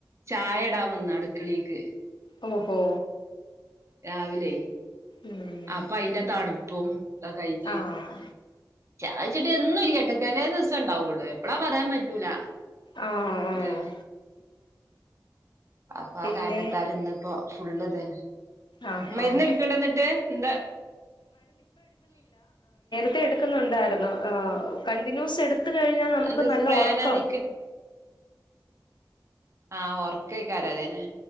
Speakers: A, on the right; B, on the left.
A: ചായ ഇടാൻ വന്നു അടുക്കളിക്ക്
B: ഓഹോ
A: രാവിലെ
B: ഉം
A: അപ്പ അയിന്റെ തണു പോ അ കഴിക്ക്
B: ആഹ്
A: ചാ ച്ചിട്ട് എന്നും ഇല്ലാട്ട ചെലേ ദിവസേ ഇണ്ടാവുള്ളൂ എപ്പഴാ പറയാൻ പറ്റൂല.
B: ആഹ് ആഹ്
A: ഇത് അപ്പൊ ആ
B: പിന്നെ
A: കാരണത്താൽ ഇന്നിപ്പോ ഫുള്ള് ഇതന്നെ
B: ആഹ്
A: മരുന്ന്
B: ആഹ്
A: അടിക്കണ്ടന്നിട്ട് എന്താ
B: എടുക്കുന്നുണ്ടാരുന്നു ഹ് കണ്ടിന്യൂസ് എടുക് ത് കഴിഞ്ഞാ നമുക്ക്
A: എന്ത്
B: നല്ല
A: സ്പ്രേനാ
B: ഒറക്കാവും.
A: അടിക്ക് ആഹ് ഒറക്കേക്കാര അതന്നെ